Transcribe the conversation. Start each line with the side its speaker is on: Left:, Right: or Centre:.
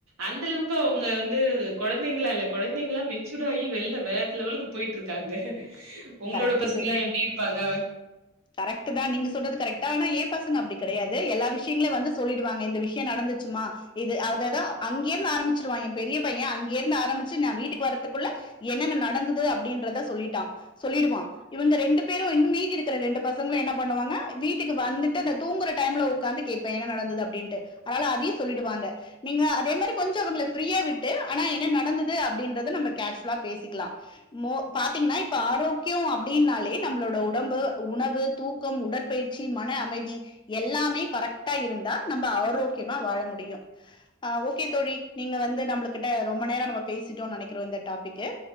Right: அந்த அளவுக்கு அவங்க வந்து குழந்தைங்களா இல்ல குழந்தைங்களாம் மெச்டு ஆகி வெள்ள வேறலெவலுக்கு போயிட்டு இருக்காங்க. உங்களோட
Left: கரெக்ட்
Right: பசங்க எல்லாம் எப்படி இருப்பாங்க.
Left: கரெக்ட் தான் நீங்க சொல்றது கரெக்டா ஆனா ஏன் பசங்க அப்டி கெடையாது எல்லா விஷயங்களையும் வந்து சொல்லிடுவாங்க இந்த விஷயம் நடந்துச்சுமா இது அததான் அங்கருந்து ஆரம்பிச்சிருவான் என் பெரிய பையன் அங்க இருந்து ஆரம்பிச்சு நான் வீட்டுக்கு வரதுக்குள்ள என்னென்ன நடந்தது அப்படின்றத சொல்லிட்டான் சொல்லிருவான் இவங்க ரெண்டு பேரும் இன்னமீதி இருக்கு ரெண்டு பசங்களும் என்ன பண்ணுவாங்க வீட்டுக்கு வந்துட்டு தூங்குற டைம்ல உக்கர்ந்து கேப்ப என்ன நடந்தது அப்படின்டுஅதனால அதையும் சொல்லிடுவாங்க நீங்க அதே மாதிரி கொஞ்சம் அவீங்கல பிரியா விட்டு ஆனா என்ன நடந்தது அப்டின்றத நாம்மா கேசுலா பேசிக்கலாம் மோ பாத்தீங்கன்னா இப்ப ஆரோக்கியம் அப்படின்னாலே நம்மளோட உடம்பு உணவு தூக்கம் உடற்பயிற்சி மன அமைதி எல்லாமே கரெக்டா இருந்தா நம்ப ஆரோக்கியமா வாழ முடியும் ஆஹ் ஓகே தோழி நீங்க வந்து நம்ம கிட்ட ரொம்ப நேரம் நம்ம பேசிட்டோம்னு நெனைக்கிறோம் இந்த டாபிக்கு